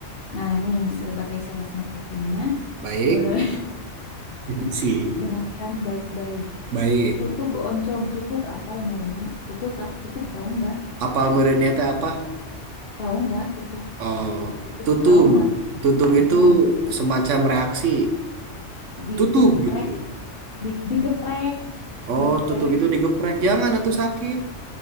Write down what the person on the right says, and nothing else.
Baik,
si.
Baik.
Apal merenya teh apa?
Oh,
tutug.
Tutug
itu semacam reaksi.
Tutug gitu.
Oh,
tutug itu digeprek. Jangan, atuh sakit.